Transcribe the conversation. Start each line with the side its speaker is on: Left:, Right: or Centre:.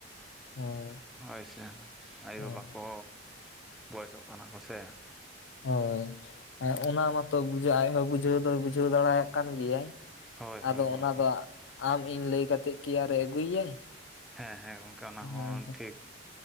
Left: ᱦᱳᱭ
Centre: ᱦᱳᱭ ᱥᱮ, ᱟᱭᱩ
Left: ᱦᱳᱭ
Centre: ᱵᱟᱵᱟ ᱠᱚ ᱵᱚᱭᱮᱥᱚᱜ ᱠᱟᱱᱟ ᱠᱚ ᱥᱮ ᱾
Left: ᱦᱳᱭ, ᱮᱜ ᱚᱱᱟ ᱢᱟᱛᱚ ᱵᱩᱡᱟᱹ ᱟᱡ ᱦᱚᱸ ᱵᱩᱡᱷᱟᱹᱣ ᱫᱚ ᱵᱩᱡᱷᱟᱹᱣ ᱫᱟᱲᱮᱭᱟᱜ ᱠᱟᱱ ᱜᱮᱭᱟᱭ ᱾
Centre: ᱦᱳᱭ ᱦᱳᱭ
Left: ᱟᱫᱚ
Centre: ᱜᱚᱝᱠᱮ
Left: ᱚᱱᱟ ᱫᱚ ᱟᱢ ᱤᱧ ᱞᱟᱹᱭ ᱠᱟᱛᱮᱫ ᱠᱤ ᱟᱨᱮ ᱟᱹᱜᱩᱭ‌ ᱮᱭᱟ ᱾
Centre: ᱦᱮᱸ ᱦᱮᱸ ᱜᱚᱝᱠᱮ ᱚᱱᱟ
Left: ᱦᱮᱸ
Centre: ᱦᱚᱸ
Left: ᱟᱪᱷᱟ
Centre: ᱴᱷᱤᱠ
Left: ᱾